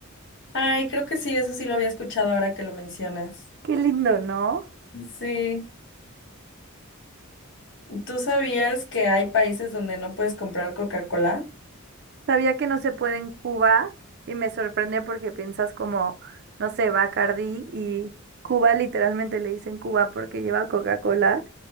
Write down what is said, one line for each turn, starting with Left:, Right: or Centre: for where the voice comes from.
Left: Ay, creo que sí, eso sí lo había escuchado ahora que lo mencionas.
Right: Qué lindo, ¿no?
Left: Sí, ¿tú sabías que hay países donde no puedes comprar Coca-Cola?
Right: Sabía que no se puede en Cuba y me sorprende porque piensas como, no sé, Bacardi y Cuba literalmente le dicen Cuba porque lleva Coca-Cola.